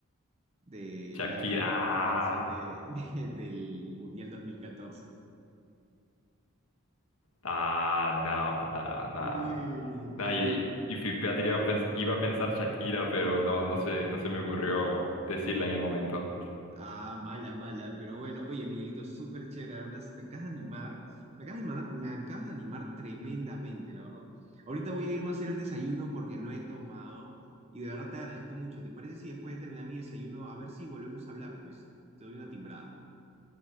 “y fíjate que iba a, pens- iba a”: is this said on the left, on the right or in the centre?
Left